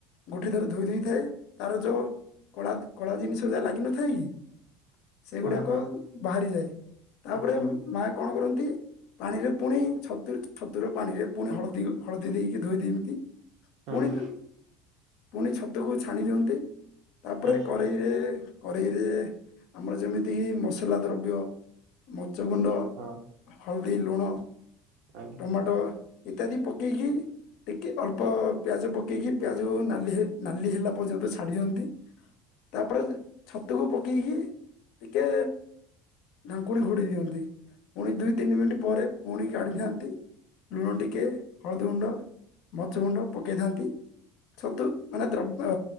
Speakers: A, on the left; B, on the right.
A: ଗୋଟେ ଥର ଧୋଇ ଦେଇୋଇଥାଏ ତାର ଯୋଉ କଳା କଳା ଜିନିଷ ଯାହା ଲାଗିନଥାଏ କି? ସେଗୁଡାକ
B: ହଁ ହଁ
A: ବାହାରି ଯାଏ ତାପରେ
B: ଆଚ୍ଛା
A: ମା କଣ କରନ୍ତି ପାଣିରେ ପୁଣି ଛତୁ ଛତୁର ପାଣିରେ ପୁଣି ହଳଦୀ ହଳଦୀ ଦେଇକି ଧୋଇଦିଅନ୍ତି।
B: ହଁ
A: ପୁଣି
B: ହଁ
A: ପୁଣି ଛତୁକୁ ଛାଣି ଦିଅନ୍ତି। ତାପରେ
B: ଆଚ୍ଛା
A: କରେେଇରେ କରେେଇରେ ଆମର ଯେମିତିକି ମସଲା ଦ୍ରବ୍ୟ ମରିଚ ଗୁଣ୍ଡ
B: ହଁ
A: ହଳଦୀ ଲୁଣ
B: ଆଜ୍ଞା
A: ଟମାଟୋ। ଇତ୍ୟାଦି ପକେଇକି ଟିକେ ଅଳ୍ପ ପିଆଜ ପକେଇକି ପିଆଜକୁ ନାଲି ନାଲି ହେଲା ପର୍ଯ୍ୟନ୍ତ ଛାଡି ଦିଅନ୍ତି। ତାପରେ ଛତୁକୁ ପକେଇକି ଟିକେ ଢାଙ୍କୁଣି ଘୋଡ଼େଇ ଦିଅନ୍ତି ପୁଣି ଦୁଇ ତିନି ମିନିଟ୍ ପରେ ପୁଣି କାଢ଼ିଥାନ୍ତି ଲୁଣ ଟିକେ ହଳଦୀ ଗୁଣ୍ଡ ମରିଚ ଗୁଣ୍ଡ ପକାଇଥାନ୍ତି। ଛତୁ ମାନେ ଦ୍ରବ୍ୟ